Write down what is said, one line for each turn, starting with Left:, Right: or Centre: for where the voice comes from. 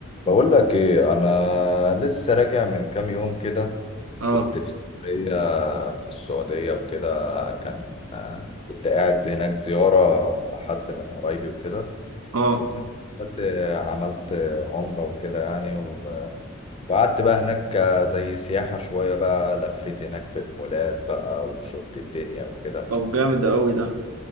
Left: بقول لك ايه انا لسه راجع من كام يوم كده
Right: اه
Left: كنت في سفرية في السعودية وكده كان آه، كنت قاعد هناك زيارة مع حد من قرايبي وكده
Right: اه
Left: وفي نفس الوقت آه، عملت عمرة وكده يعني و- وقعدت بقى هناك آه، زي سياحة شوية بقى لفيت هناك في المولات بقى وشفت الدنيا وكده
Right: طب جامد ده قوي ده